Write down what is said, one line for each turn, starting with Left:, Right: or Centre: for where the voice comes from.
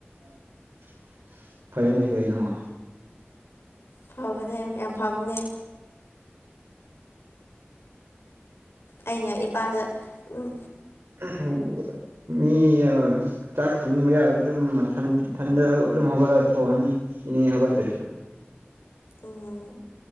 Right: <inaudible> ꯐꯩꯅꯦ ꯀꯩꯅꯣ
Left: ꯐꯕꯅꯦ ꯌꯥꯝ ꯐꯕꯅꯦ ꯑꯩꯅ ꯏꯄꯥꯗ ꯎꯝ
Right: ꯎꯋꯥ ꯃꯤꯌꯥ ꯆꯥꯛ ꯊꯣꯡꯅꯤꯡꯕ ꯌꯥꯔꯗꯤ ꯑꯗꯨꯝ ꯃꯊꯟꯇ ꯊꯟꯗ ꯑꯗꯨꯝ ꯍꯧꯒꯠꯂ ꯊꯣꯑꯅꯤ ꯏꯅꯦ ꯍꯧꯒꯠꯇ꯭ꯔꯁꯨ
Left: ꯎꯝ